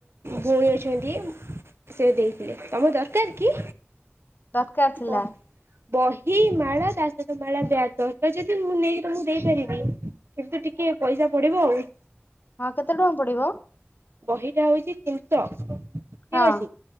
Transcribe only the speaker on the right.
ଭଉଣୀ ଅଛନ୍ତି ସେ ଦେଇଥିଲେ ତମ ଦରକାର କି?
ବ ବହି ମାଳା ତା ସହିତ ମାଳା ବ୍ୟାଗ ଦରକାର ଯଦି ମୁଁ ନେଇକି ତମକୁ ଦେଇପାରିବି। କିନ୍ତୁ ଟିକେ ପଇସା ପଡିବ ଆଉ।
ବହିଟା ହଉଛି ତିନିଶ। ଠିକ
ଅଛି,